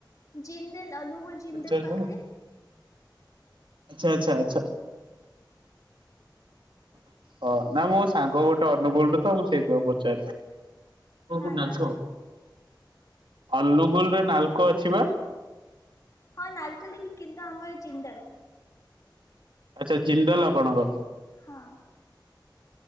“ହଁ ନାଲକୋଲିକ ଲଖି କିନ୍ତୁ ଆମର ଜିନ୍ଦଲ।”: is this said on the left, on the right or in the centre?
Left